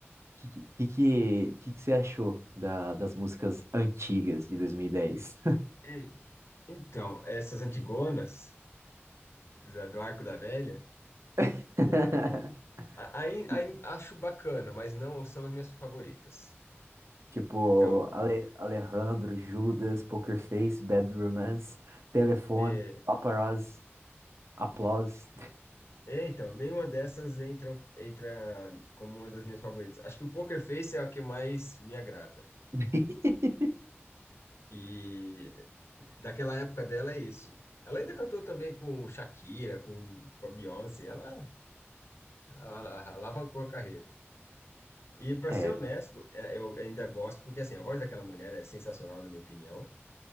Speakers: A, on the right; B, on the left.
A: Que que, que, que que você achou da, das músicas antigas de 2010?
B: Hum. Então, essas Antigonas da- do Arco da Velha,
A: <laughs>
B: é, a- aí, aí
A: Ti-
B: acho bacana, mas não são as minhas favoritas.
A: Tipo,
B: Então,
A: Ale, Alejandro, Judas, Poker Face, Bad Romance, Telefone,
B: é,
A: Paparazzi, Applause.
B: é, é, então, nenhuma dessas entra, entra como uma das minhas favoritas. Acho que o Poker Face é a que mais me agrada.
A: <laughs>
B: E daquela época dela é isso. Ela ainda cantou também com Shakira, com, com a Beyoncé. Ela, ela alavancou a carreira. E para ser
A: É,
B: honesto, é- eu ainda gosto, porque assim, a voz daquela mulher é sensacional, na minha opinião.